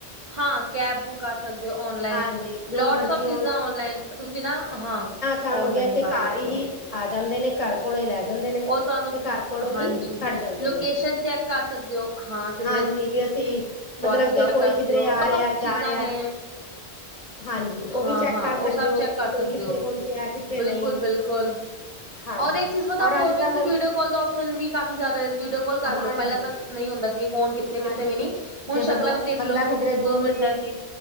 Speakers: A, on the right (about 45°); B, on the left (about 40°).
A: ਹਾਂ ਕੈਬ ਬੁੱਕ ਕਰ ਸਕਦੇ ਹੋ ਓਨਲਾਈਨ
B: ਹਾਂਜੀ ਜੋ
A: ਲੋਟਸ
B: ਮਰਜੀ
A: ਔਫ ਚੀਜ਼ਾਂ ਔਨਲਾਈਨ ਤੁਸੀਂ ਨਾ ਹਾਂ।
B: ਪਰੇਸ਼ਾਨ
A: ਔਨਲਾਈਨ
B: ਹੋ ਗਿਆ ਕਿ
A: ਕਰ
B: ਘਰ
A: ਸਕਦੇ
B: ਹੀ
A: ਹੋ
B: ਹੀ ਆ ਜਾਂਦੇ ਨੇ, ਘਰ ਕੋਲੋਂ ਹੀ ਲੈ ਜਾਂਦੇ ਨੇ ਤੇ
A: ਉਹ ਤੁਹਾਨੂੰ
B: ਘਰ ਕੋਲੋਂ
A: ਹਾਂਜੀ
B: ਹੀ ਛੱਡ ਜਾਂਦੇ
A: ਲੋਕੇਸ਼ਨ
B: ਨੇ ਉਹ,
A: ਚੈੱਕ ਕਰ ਸਕਦੇ ਹੋ ਹਾਂ ਕਿਧਰੇ
B: ਹਾਂਜੀ। ਵੀ ਅਸੀਂ
A: ਗੋਆ
B: ਮਤਲਬ
A: ਚ ਜਾ
B: ਕੇ ਕੋਈ
A: ਕਰ ਸਕਦੇ
B: ਕਿਧਰੇ
A: ਹੋ
B: ਆ
A: ਉਹ ਸਭ
B: ਰਿਹਾ, ਜਾ
A: ਚੀਜ਼ਾਂ
B: ਰਿਹਾ।
A: ਨੇ
B: ਹਾਂਜੀ, ਉਹ
A: ਹਾਂ
B: ਵੀ ਚੈੱਕ
A: ਹਾਂ
B: ਕਰ ਸਕਦੇ
A: ਉਹ ਸਭ
B: ਹੋ
A: ਚੈੱਕ ਕਰ
B: ਵੀ ਕੋਈ
A: ਸਕਦੇ
B: ਕਿੱਥੇ
A: ਹੋ
B: ਪਹੁੰਚਿਆ।
A: ਬਿਲਕੁਲ-ਬਿਲਕੁਲ,
B: ਨਹੀਂ ਹਾਂਜੀ
A: ਔਰ ਇੱਕ ਚੀਜ਼ ਪਤਾ
B: ਔਰ
A: ਹੋਰ
B: ਅੱਜ
A: ਵੀ
B: ਕੱਲ
A: ਤੁਸੀ ਬਊ ਡੀਓ ਕਲ ਦਾ ਸ਼ਨ ਵੀ ਕਾਫੀ ਜ਼ਿਆਦਾ, ਵੀਡੀਓ ਕਾਲ ਕਰ
B: ਹਾਂਜੀ
A: ਲਓ, ਪਹਿਲਾਂ ਤਾਂ ਨਹੀਂ ਹੁੰਦਾ ਸੀ ਕੋਣ ਕਿੱਥੇ-ਕਿੱਥੇ
B: ਹਾਂਜੀ
A: ਵੀ ਨੀ। ਹੁਣ
B: ਜੇ ਬਦਲਾ
A: ਸ਼ਕਲਾਂ ਵੀ ਦੇਖ
B: ਬੰਦਾ
A: ਲੋ
B: ਕਿਧਰੇ ਦੂਰ
A: ਦੋ ਮਿੰਟਾਂ
B: ਏ।
A: 'ਚ ਈ